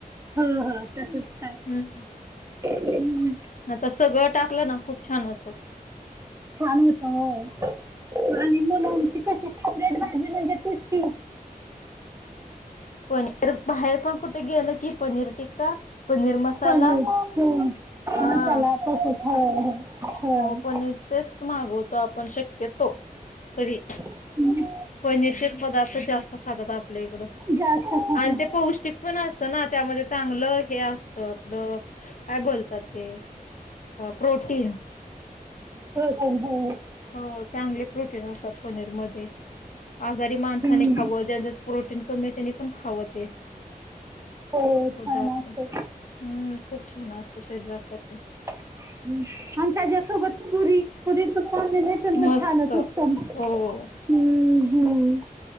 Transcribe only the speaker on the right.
हा हा तसच काय?
हम्.
छान होत हो, आणि मुलांची कशी फेवरेट भाजी म्हणजे तीच की.
पनीर हो
मसाला तसच हय,
होय.
हम्म.
जास्त खात
हो
प्रोटीन हो.
हम्म
हो छान
असते
हम आणि त्याच्या सोबत पुरी, पुरीच कोंबिनेश
छान उत्तम
हम्म, हम्म हम.